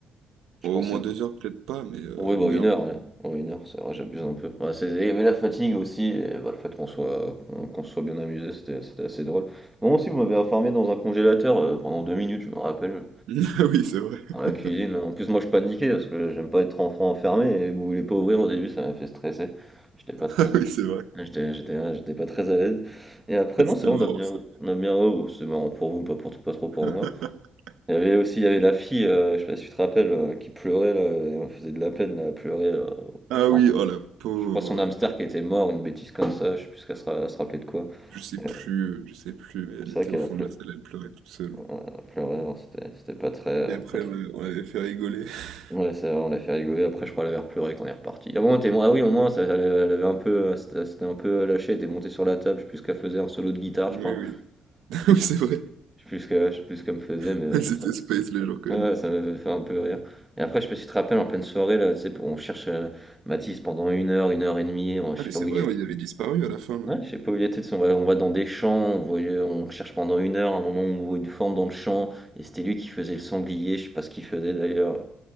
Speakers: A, in the centre; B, on the right.
A: Je
B: Au
A: pensais.
B: moins deux heures, peut-être pas, mais euh,
A: Oui, bah
B: une
A: une
B: heure,
A: heure,
B: ouais.
A: ouais. Ouais, une heure, c'est vrai, j'abuse un peu. Ouais, c'est- Il y avait la fatigue aussi, et bah, le fait qu'on soit qu'on qu'on se soit bien amusé, c'était c'était assez drôle. Bon, aussi, vous m'avez enfermé dans un congélateur euh, pendant deux minutes, je me rappelle,
B: <laughs> Ah oui, c'est vrai.
A: dans la
B: <laughs>
A: cuisine. En plus, moi, je paniquais parce que j'aime pas être enfant enfermé, et vous voulez pas ouvrir au début, ça m'a fait stresser. J'étais pas très.
B: Ah oui, c'est vrai.
A: Ouais, J'étais j'étais ouais, j'étais pas très à l'aise. Et après,
B: <laughs>
A: non,
B: C'était
A: c'est vrai,
B: marrant,
A: on a bien
B: ça.
A: on a bien oh, c'est marrant pour vous, pas pour pas trop pour
B: <laughs>
A: moi. Il y avait aussi il y avait la fille, heu, je sais pas si tu te rappelles, heu, qui pleurait là et on faisait de la peine, là, elle pleurait, heu,
B: Ah
A: enfin,
B: oui, oh la pauvre.
A: je crois son hamster qui était mort, une bêtise comme ça, je sais plus ce qu'elle se ra elle se rappelait de quoi.
B: Je sais
A: Et
B: plus,
A: heu,
B: je sais plus, mais elle
A: c'est
B: était
A: vrai qu'elle
B: au fond
A: a pleu
B: de la salle, elle pleurait toute seule.
A: elle pleurait, alors c'était c'était pas très,
B: Et
A: heu,
B: après,
A: pas très
B: on l'avait on l'avait fait rigoler. <laughs>
A: ouais, c'est vrai, on l'a fait rigoler, après je crois elle avait pleuré quand on est reparti. Ah bon, elle était ah oui, au moins ça elle avait elle avait un peu, heu, elle s'était un peu euh, lâché elle était montée sur la table, je sais plus ce qu'elle faisait, un solo de guitare,
B: Oui,
A: je crois.
B: oui. <laughs>
A: Je
B: Oui,
A: Je
B: c'est vrai.
A: sais plus ce que je sais plus ce qu'elle me faisait,
B: <laughs>
A: mais
B: C'était
A: ça
B: space, les gens, quand
A: ouais,
B: même.
A: ça m'avait fait un peu rire et après, je sais pas si tu te rappelles, en pleine soirée, là, tu sais, on cherche, heu, Mathis pendant une heure, une heure et demie, on je
B: Ah
A: sais
B: mais
A: pas
B: c'est
A: où
B: vrai,
A: il est
B: ouais, il avait disparu à la fin là.
A: Ouais, je sais pas où il était, tu sais, on va on va dans des champs, on voyait on cherche pendant une heure, à un moment, on voit une forme dans le champ et c'était lui qui faisait le sanglier, je sais pas ce qu'il faisait d'ailleurs,